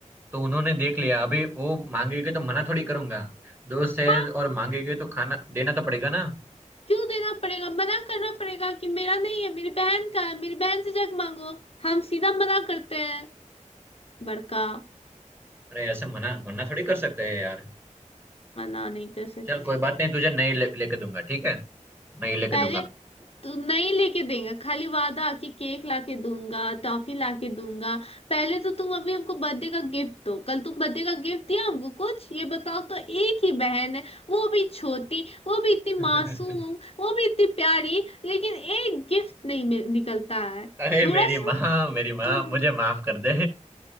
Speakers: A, on the right; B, on the left.
A: तो उन्होंने देख लिया अभी वो मांगेंगे तो मना थोड़ी करूंगा दोस्त है
B: हाँ
A: और मांगेंगे तो खाना देना तो पड़ेगा ना
B: क्यों देना पड़ेगा मना करना पड़ेगा कि मेरा नहीं है मेरी बहन का है मेरी बहन से जग मांगो हम सीधा मना करते हैं बड़का
A: अरे ऐसे मना मना थोड़ी कर सकते हैं यार
B: मना नहीं कर सकते
A: चल कोई बात नहीं तुझे नहीं ले, लेके दूंगा ठीक है नहीं लेके
B: पहले
A: दूंगा
B: तू नहीं लेके देगा खाली वादा कि केक लाके दूंगा टॉफी लाके दूंगा पहले तो तुम अभी हमको बर्थडे का गिफ्ट दो कल तुम बर्थडे का गिफ्ट दिया हमको कुछ ये बताओ तो एक ही बहन है वो भी छोटी वो भी इतनी
A: <laughs>
B: मासूम वो भी इतनी प्यारी लेकिन एक गिफ्ट नहीं मिल- निकलता है
A: अरे
B: थोड़ा
A: मेरी
B: सा
A: माँ मेरी माँ
B: हाँ,
A: मुझे माफ कर दे